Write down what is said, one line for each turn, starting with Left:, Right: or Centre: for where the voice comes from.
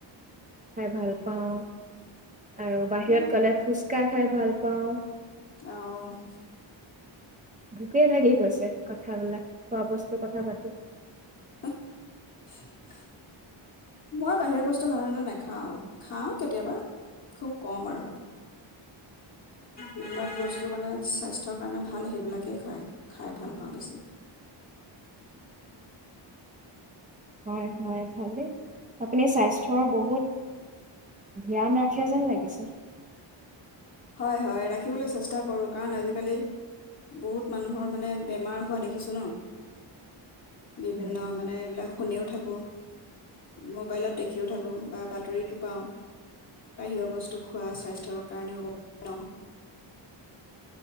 Right: খাই ভাল পাওঁ। আৰু বাহিৰত
Left: উম,
Right: গ'লে ফুচ ফুচকা খাই ভাল পাওঁ।
Left: অ'
Right: ভোকেই লাগি গৈছে। কথাবিলাক খোৱা বস্তুৰ কথা পাতি।
Left: মই বাহিৰৰ বস্তু সাধাৰণতে নাখাওঁ। খাওঁ কেতিয়াবা, খুব কম আৰু যিবিলাক বস্তু মানে স্বাস্থ্যৰ কাৰণে ভাল সেইবিলাকেই খায়-খাই ভাল পাওঁ বেছি।
Right: হয়-হয়, ভালেই। আপুনি স্বাস্থ্যৰ বহুত ধ্যান ৰাখে যেন লাগিছে।
Left: হয়-হয়। ৰাখিবলৈ চেষ্টা কৰো কাৰণ, কাৰণ আজিকালি বহুত মানুহৰ মানে বেমাৰ হোৱা দেখিছোঁ, ন? বিভিন্ন
Right: হয়।
Left: মানে এইবিলাক শুনিও থাকোঁ, মোবাইলত দেখিও থাকোঁ বা বাতৰিতো পাওঁ। বাহিৰৰ বস্তু খোৱা স্বাস্থ্যৰ কাৰণেও নহ